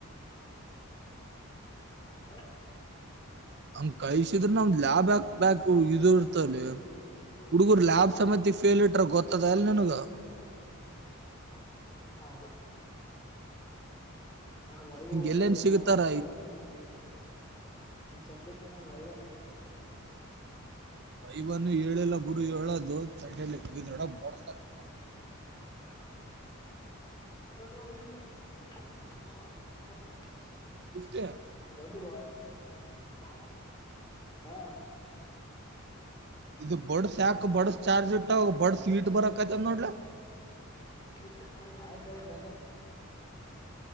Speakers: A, on the left; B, on the right.
A: ಹ <inaudible>
B: ಹಂಗ್ ಕಳಸಿದ್ರೆ ನ ಲ್ಯಾಬ್ಯಾಕ್ ಬ್ಯಾಕು ಇದು <unintelligible> ಹುಡುಗುರ್ ಲ್ಯಾಬ್ ಸಮೇತ ಫೇಲ್ ಇಟ್ರ ಗೊತ್ತದೇಲ್ಲ್ ನಿನುಗ?
A: ಹಾ ಅವ್ನ್ ವೈವೊ ಒಂದ್
B: ಎಲ್ಲೇನ್
A: ಹೇಳಿಲ್ಲ
B: ಸಿಗತಾರ
A: ಏನು ಹೇಳ ಒಂದ್ ಸಬ್ಜೆಕ್ಟ್ನ ವೈವೊ ಹೇಳಿಲ್ಲ.
B: ವೖವನು ಹೇಳಿಲ್ಲ ಬಿಡು ಹೇಳದು ತಟ್ಟೇಲಿ ಇದ್ರೊಳಗ್ ಬಡ್ಸ್ತಾರೆ.
A: ಎಲ್ಲಾ ಮಾಡಿದಿನಿ. <unintelligible> <inaudible> ಹವಾ ಹ <unintelligible>
B: ಇಷ್ಟೇ
A: <unintelligible> <unintelligible> ಹ ಹಾ
B: ಇದು ಬಡ್ಸ್ಯಾಕು ಬಡಸ್ ಚಾರ್ಜ್ ಇ ಬಡ್ ಸ್ವೀಟ್ ಬರಕಾಯ್ತದ್ನೋಡ್ಲೆ.
A: <unintelligible> ಆಯ್ತಾಯ್ತ್ ಬ